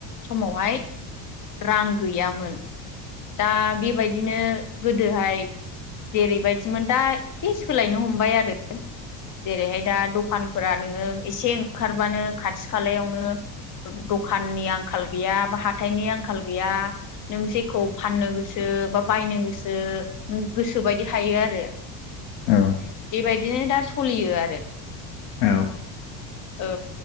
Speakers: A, on the left (about 40°); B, on the left (about 65°).
A: समावहाय रां गैयामोन दा बेबायदिनो गोदोहाय जेरैबायदिमोन दा एसे सोलायनो हमबाय आरो जेरैहाय दा दखान फोरा नोङो एसे ओंखारबानो खाथि खालायावनो दखाननि आंखाल गैया बा हाथायनि आंखाल गैया नों जेखौ फाननो गोसो बा बायनो गोसो नों गोसो बायदि हायो आरो
B: औ
A: बेबायदिनो दा सलियो आरो
B: औ औ
A: औ